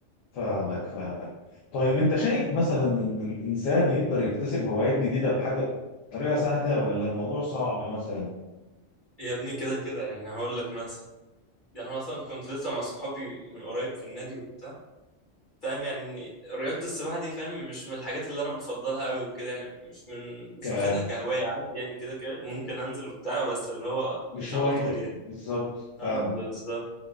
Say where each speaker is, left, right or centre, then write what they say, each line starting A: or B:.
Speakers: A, on the left (about 90°); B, on the left (about 45°).
A: فاهمك فاهمك طيب انت شايف مثلا ان الانسان يقدر يكتسب هوايات جديده بحاجه بطريقه سهله ولا الموضوع صعب مثلا
B: يا ابني كده كده يعني هقول لك مثلا يعني انا اصلا كنت لسه مع صحابي من قريب في النادي وبتاع فاهم يعني رياضة السباحة دي فاهم مش من الحاجات اللي انا بفضلها قوي وكده يعني مش من مش
A: ك
B: واخدها كهواية عادي يعني كده كده ممكن انزل وبتاع بس اللي هو
A: مش
B: مش
A: هوايتك
B: على طول يعني
A: بالظبط فاهم
B: اه بالظبط